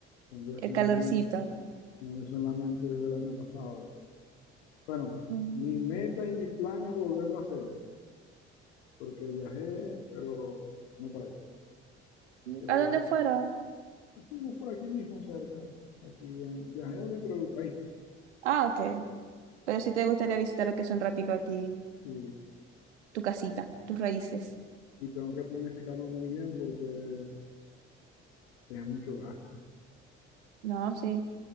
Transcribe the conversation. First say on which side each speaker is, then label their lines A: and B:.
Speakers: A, on the left; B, on the right.
A: Tengo eso
B: El
A: en
B: calorcito.
A: la mente, tengo eso en la mente desde el año pasado. pero- Bueno,
B: Mm.
A: mi meta y mi plan es volverlo a hacer, porque viajé, pero no para allá. Entonces quiero
B: ¿A
A: viajar
B: dónde fueron?
A: Fuimos por aquí mismo cerca, aquí en, viajé dentro del país, pues.
B: Ah, ok. Pero sí te gustaría visitar lo que es un ratico aquí,
A: sí,
B: tu casita, tus raíces.
A: y tengo que planificarlo muy bien porque es mucho gasto.
B: No, sí.